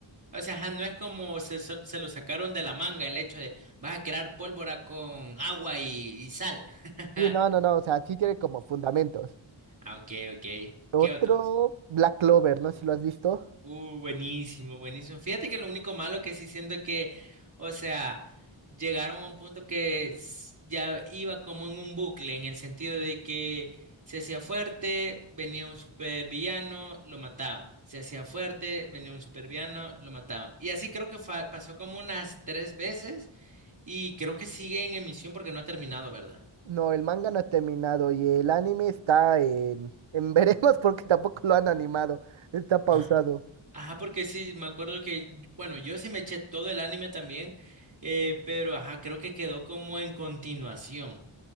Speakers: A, on the right (about 35°); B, on the right (about 70°).
A: O sea, ajá, no es como se, so- se lo sacaron de la manga el hecho de vas a crear pólvora con agua y, y sal. <laughs>
B: Y no, no, no, o sea, sí tiene como fundamentos.
A: Ah, okay, okay.
B: Otro,
A: ¿Qué otro?
B: Black Clover, no sé si lo has visto.
A: Uh, buenísimo, buenísimo. Fíjate que lo único malo que sí siento que, o sea, llegaron a un punto que s- ya iba como en un bucle, en el sentido de que se hacía fuerte, venía un supervillano, lo mataban. Se hacía fuerte, venía un supervillano, lo mataban. Y así creo que fa- pasó como unas tres veces y creo que sigue en emisión porque no ha terminado, ¿verdad?
B: No, el manga no ha terminado y el anime está en, en <laughs> veremos porque tampoco lo han animado. Está pausado.
A: Ajá. Ajá, porque sí, me acuerdo que, bueno, yo sí me eché todo el anime también, eh, pero ajá, creo que quedó como en continuación.